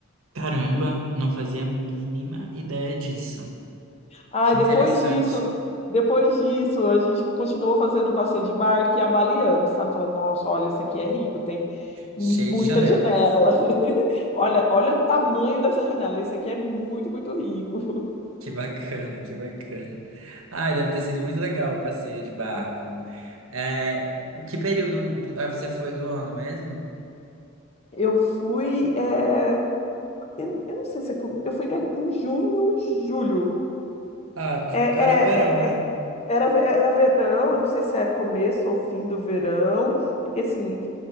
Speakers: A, on the right (about 85°); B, on the left (about 30°).
A: caramba, não fazia a mínima ideia disso.
B: Aí
A: Que
B: depois
A: interessante.
B: disso, depois disso, a gente continuou fazendo um passeio de barco e avaliando, sabe? Falando, nossa, olha, esse aqui é rico, tem muita
A: Cheio de janela.
B: janela. <laughs> Olha, olha o tamanho dessa janela, esse aqui é muito, muito rico.
A: Que bacana, que bacana. Ai, deve ter sido muito legal o passeio de barco. É, que período do- ah, você foi do ano mesmo?
B: Eu fui. eh, Eu, eu não sei se é como. Eu fui em junho, julho.
A: Ah, ju-
B: É,
A: então era verão,
B: é, é,
A: né?
B: é- era, era verão, eu não sei se é começo ou fim do verão, porque assim,